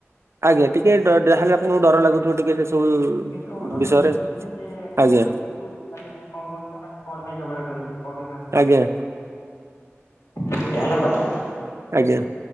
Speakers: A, on the right; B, on the left.
A: ଆଜ୍ଞା ଟିକେ ଡ- ଯାହେଲେ ଆପଣଙ୍କୁ ଡର ଲାଗୁଥିବ ଟିକେ ସେ ସବୁ
B: କିନ୍ତୁ ଡର
A: ବିଷୟରେ
B: ତ ସେମିତି କିଛି ନାହିଁ ଯେ କଣ
A: ଆଜ୍ଞା
B: କରିବେକି କିନ୍ତୁ ମାନେ ତୁ କଣ କୁହନ୍ତି ନା ମାନେ କଣ ପାଇଁ ଝଗଡା କରିବୁ କଣ ପାଇଁ କାହା ସହ
A: ଆଜ୍ଞା।
B: ଏଇଟା ହେଲା କଥା।
A: ଆଜ୍ଞା।